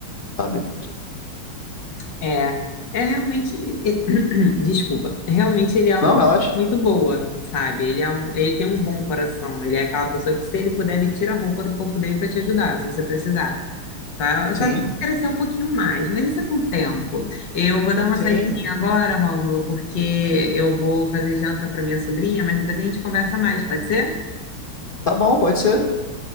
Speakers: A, on the left; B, on the left.
A: sabe?
B: É, é realmente, e- <clears throat> desculpa, realmente ele é uma
A: Não,
B: pessoa
A: relaxa.
B: muito boa, sabe? Ele é um, ele tem um bom coração, ele é aquela pessoa que se ele puder, ele tira a roupa do corpo dele para te ajudar, se você precisar. Só, só
A: Sim,
B: tem que crescer um pouquinho mais, mas isso é com o tempo. Eu vou dar uma
A: sim.
B: saidinha agora, Rômulo, porque eu vou fazer janta para minha sobrinha, mas depois a gente conversa mais, pode ser?
A: Tá bom, pode ser.